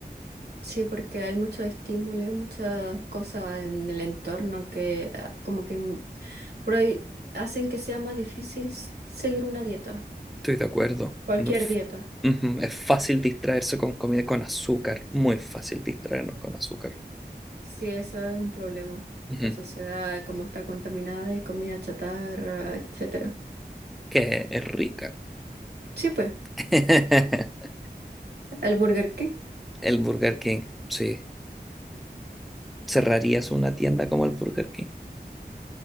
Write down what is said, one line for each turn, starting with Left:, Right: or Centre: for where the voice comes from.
Right: Sí, porque hay mucho estímulo, y muchas cosas en el entorno que ah, como que mm, prohi- hacen que sea más difícil s- seguir una dieta,
Centre: Estoy de acuerdo.
Right: cualquier
Centre: No f-
Right: dieta.
Centre: Ujú, Es fácil distraerse con comida con azúcar, muy fácil distraernos con azúcar,
Right: Sí, eso es un problema.
Centre: Ujú,
Right: La sociedad, como está contaminada de comida chatarra, etcétera.
Centre: que es rica.
Right: Sí, pues,
Centre: <laughs>
Right: el Burger King.
Centre: El Burger King, sí. ¿Cerrarías una tienda como el Burger King?